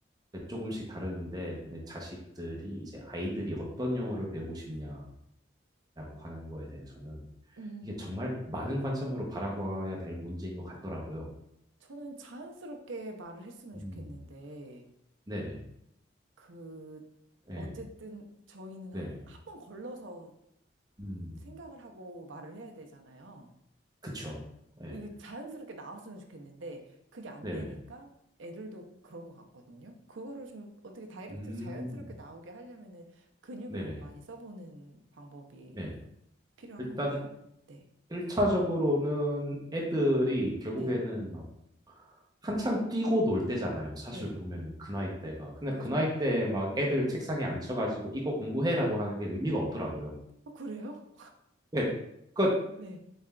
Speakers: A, on the right; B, on the right.
A: 조금씩 다르는데, 근데 자식들이 이제 아이들이 어떤 영어를 배우고 싶냐라고 하는 거에 대해서는
B: 음,
A: 이게 정말 많은
B: 네.
A: 관점으로 바라봐야 될 문제인 것 같더라고요.
B: 저는 자연스럽게 말을 했으면
A: 음.
B: 좋겠는데,
A: 네네.
B: 그,
A: 예.
B: 어쨌든 저희는
A: 네네.
B: 한 번 걸러서
A: 음.
B: 생각을 하고 말을 해야 되잖아요.
A: 그쵸. 예.
B: 이게 자연스럽게 나왔으면 좋겠는데, 그게 안
A: 네네.
B: 되니까 애들도 그런 것 같거든요. 그거를 좀 어떻게 다이렉트로
A: 음.
B: 자연스럽게 나오게 하려면은 근육을
A: 네네.
B: 좀 많이 써보는 방법이
A: 네.
B: 필요한
A: 일단
B: 건가요? 네.
A: 1차적으로는 애들이 결국에는
B: 네.
A: 막 한창 뛰고 놀 때잖아요. 사실
B: 네.
A: 보면은 그 나이 때가. 근데
B: 맞아요.
A: 그 나이 때 막 애들 책상에 앉혀가지고 이거 공부해라고 하는 게 의미가 없더라고요.
B: 아 그래요?
A: 예, 그
B: 네.